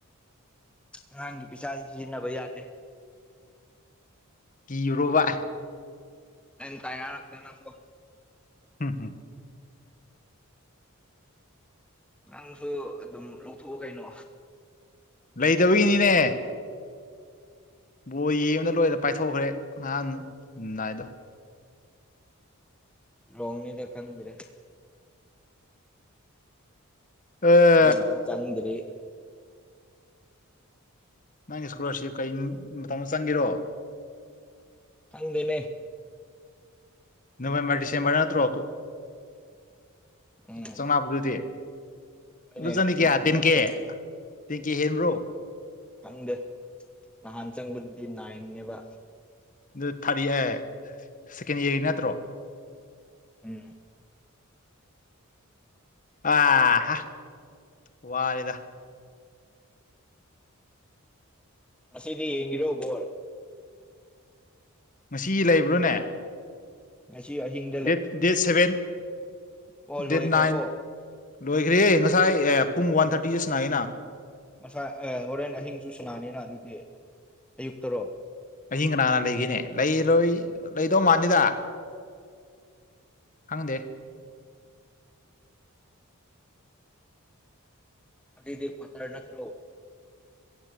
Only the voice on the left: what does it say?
ꯀꯤꯨꯔꯣꯕ
ꯍꯝ ꯍꯝ
ꯂꯩꯗꯧꯔꯤꯅꯤꯅꯦ ꯕꯣ ꯌꯦꯡꯕꯅ ꯂꯣꯏꯔ ꯄꯥꯏꯊꯣꯛꯈ꯭ꯔꯦ ꯅꯍꯥꯟꯅꯥꯏꯗꯣ
ꯑ
ꯅꯪꯒꯤ ꯏꯁꯀꯣꯂꯥꯔꯁꯤꯞ ꯀꯩ ꯃꯇꯝꯗ ꯆꯪꯒꯤꯔꯣ
ꯅꯕꯦꯝꯕꯔ ꯗꯤꯁꯦꯝꯕꯔ ꯅꯠꯇ꯭ꯔꯣ
ꯆꯪꯝꯄꯗꯨꯗꯤ
ꯖꯅꯤ ꯀꯦꯌꯥ
ꯇꯦꯟꯀꯦ ꯇꯦꯡ ꯀꯦ ꯍꯦꯟꯕ꯭ꯔꯣ
ꯑꯗꯨ ꯊꯥꯔꯠꯔ ꯁꯦꯀꯦꯟ ꯏꯌꯥꯔꯒꯤ ꯅꯠꯇ꯭ꯔꯣ
ꯑ ꯋꯥꯔꯦꯗ
ꯉꯁꯤ ꯂꯩꯕ꯭ꯔꯣꯅꯦ
ꯗꯦꯠ ꯗꯦꯠ ꯁꯚꯦꯟ
ꯗꯦꯠ ꯅꯥꯏꯟ ꯂꯣꯏꯈ꯭ꯔꯦ ꯉꯁꯥꯏ ꯑꯦ ꯄꯨꯡ ꯋꯥꯟ ꯊꯥꯔꯇꯤꯗꯁꯨꯅꯥꯏꯅ
ꯃꯍꯤꯡ ꯀꯅꯥꯅ ꯂꯩꯒꯅꯦ ꯂꯩꯔꯣꯏ ꯂꯩꯗꯧ ꯃꯥꯅꯤꯗ ꯈꯪꯗꯦ